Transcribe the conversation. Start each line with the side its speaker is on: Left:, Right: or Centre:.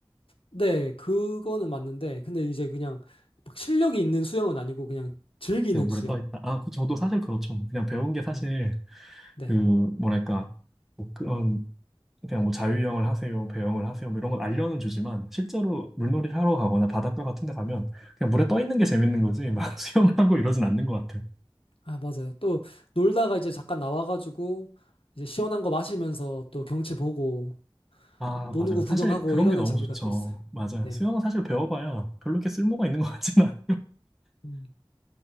Left: 네, 그거는 맞는데 근데 이제 그냥 막 실력이 있는 수영은 아니고 그냥 즐기는
Centre: 그냥 물에
Left: 수영.
Centre: 떠 있다. 아, 그- 저도 사실 그렇죠. 그냥 배운 게 사실
Left: 네, 네.
Centre: 그 뭐랄까 뭐 그런 그냥 뭐 자유형을 하세요, 배영을 하세요, 뭐 이런 걸 알려는 주지만 실제로 물놀이를 하러 가거나 바닷가 같은 데 가면 그냥 물에 떠 있는 게 재밌는 거지 막 <laughs> 수영을 하고 이러진 않는 것 같아요.
Left: 아, 맞아요. 또 놀다가 이제 잠깐 나와가지고 이제 시원한 거 마시면서 또 경치 보고
Centre: 아, 맞아요.
Left: 노는 거 구경하고
Centre: 사실 그런
Left: 이러는
Centre: 게 너무
Left: 재미가
Centre: 좋죠.
Left: 또 있어요.
Centre: 맞아요.
Left: 네.
Centre: 수영은 사실 배워봐야 별로 이렇게 쓸모가 있는 것 같진 않아요. <laughs>
Left: 음.